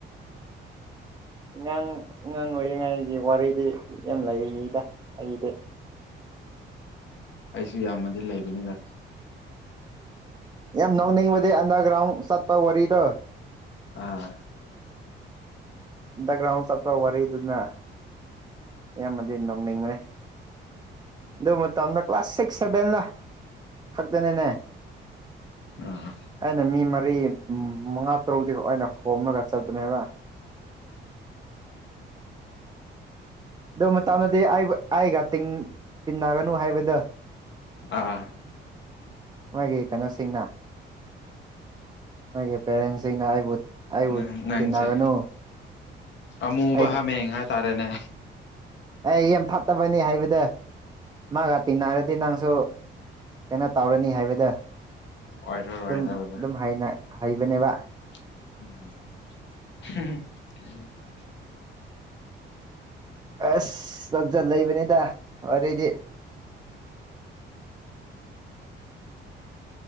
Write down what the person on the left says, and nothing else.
ꯑꯩꯁꯨ ꯌꯥꯝꯃꯗꯤ ꯂꯩꯕꯅꯤꯗ
ꯑꯥ
ꯑꯥ
ꯑꯥ
ꯎ ꯅꯪꯁꯦ
ꯑ ꯃꯨꯕ
ꯍꯥ ꯃꯦ ꯍꯥ ꯇꯔꯦꯅꯦ
ꯑꯣꯏꯔꯔꯣꯏ
ꯍꯥꯏꯕꯗꯣ
<unintelligible>